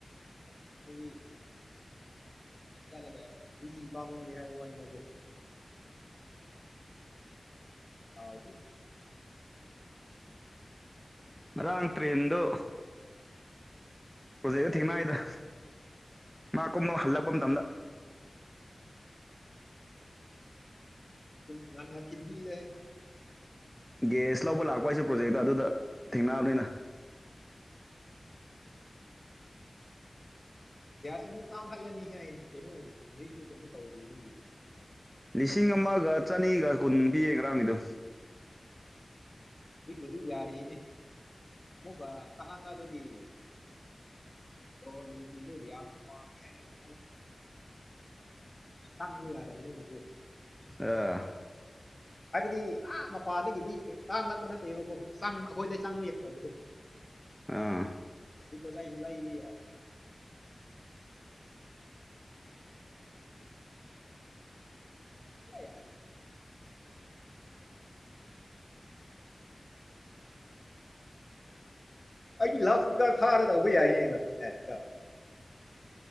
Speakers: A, on the left (about 40°); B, in the centre.
A: ꯑꯩꯗꯤ ꯆꯠꯂꯒꯥ ꯍꯨꯏ ꯄꯥꯃꯨꯏ ꯍꯥꯏꯕ ꯑꯥꯎ
B: ꯉꯔꯥꯡ ꯇ꯭ꯔꯦꯟꯗꯨ ꯍꯧꯖꯤꯛ ꯊꯦꯡꯅꯩꯗ ꯃꯥ ꯀꯨꯝꯕ ꯍꯜꯂꯛꯄ ꯃꯇꯝꯗ
A: ꯉꯟꯅ ꯊꯤꯟꯕꯤꯔꯦ
B: ꯒ꯭ꯌꯥꯁ ꯂꯧꯕ ꯂꯥꯛꯄ ꯍꯥꯏꯁꯦ ꯄ꯭ꯔꯣꯖꯦꯛꯇ ꯑꯗꯨꯗ ꯊꯦꯡꯅꯑꯕꯅꯤꯅ
A: ꯒ꯭ꯌꯥꯁ ꯑꯃꯨꯛ ꯇꯥꯡꯈꯠꯂꯅꯤ ꯍꯥꯏ ꯀꯩꯅꯣ ꯍꯧꯖꯤꯛꯇꯨ ꯀꯩꯅꯣ ꯇꯩꯔꯤꯕꯒꯤ
B: ꯂꯤꯁꯤꯡ ꯑꯃꯒ ꯆꯅꯤꯒ ꯀꯨꯟ ꯄꯤꯌꯦ ꯉꯔꯥꯡꯒꯤꯗꯣ꯫
A: ꯁꯤꯕꯨꯗꯤ ꯌꯥꯔꯤꯅꯦ ꯑꯃꯨꯛꯀ ꯑꯉꯥꯡ ꯑꯗꯨꯒꯤ ꯑꯣ ꯂꯦꯝꯕꯤꯗꯣ ꯌꯥꯝ ꯄꯥꯝꯃꯦ ꯍꯥꯏꯔ ꯇꯪꯗꯤ ꯌꯥꯗꯕꯅꯤꯅ ꯑꯗꯨ
B: ꯑ
A: ꯍꯥꯏꯕꯗꯤ ꯑ ꯃꯄꯥꯟꯗꯒꯤꯗꯤ ꯀꯩ ꯇꯥꯡ ꯂꯥꯛꯄ ꯅꯠꯇꯦꯕꯀꯣ ꯆꯪ ꯑꯩꯈꯣꯏꯗ ꯆꯪꯕ ꯌꯥꯕ
B: ꯑꯥ
A: ꯄꯣꯋꯥꯏꯖꯨ ꯂꯩꯔꯤꯌꯣ ꯆ ꯌꯥ ꯑꯩꯗꯤ ꯂꯥꯎ ꯏꯁꯄꯤꯀꯥꯔ ꯊꯥꯔꯒ ꯇꯧꯕ ꯌꯥꯏꯅꯦꯕ ꯑꯦ